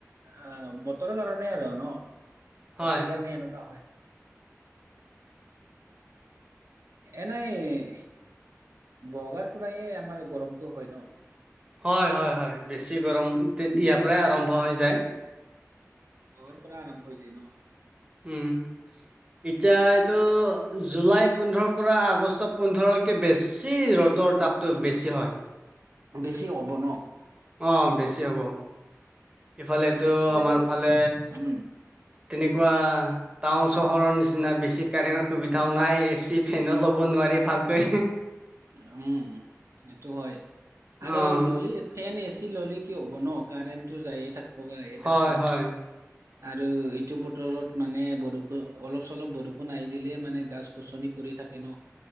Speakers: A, on the right; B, on the right.
A: অ' বতৰৰ কাৰণে আৰু ন
B: হয়
A: বতৰৰ কাৰণে এনেকুৱা হয়।
B: <inaudible>
A: এনেই বগাৰ পৰায়ে আমাৰ গৰমটো হয় ন?
B: হয়, হয়, হয় বেছি গৰম দিন ইয়াৰ পৰাই আৰম্ভ হৈ যায়।
A: <unintelligible> পৰা আৰম্ভ হৈ যায় ন?
B: উম। এতিয়া এইটো জুলাই পোন্ধৰৰ পৰা আগষ্ট পোন্ধৰলৈকে বেছি ৰ তৰ তাপটো বেছি হয়।
A: বেছি হ'ব ন।
B: অ বেছি হ'ব ইফালেতো আমাৰ
A: এইটো
B: ফালে
A: উম
B: তেনেকুৱা টাউন চহৰৰ নিচিনা বেছি কাৰেণ্ট সুবিধাও নাই এ চি ফেনো ল'ব ন নোৱাৰা ভালকৈ
A: উম সেটো হয় আৰু
B: অ',
A: ললি ফেন এচ ললি কি হ'ব ন কাৰেণ্টটো যায়ে থাকপ আহিয়ে
B: হয়,
A: থাকপ আহাটো।
B: হয়,
A: আৰু ইটো বতৰত মানে বৰষু অলপ চলপ বৰষুণ আহি দিলে মানে গাছ গছনি পৰি থাকে ন।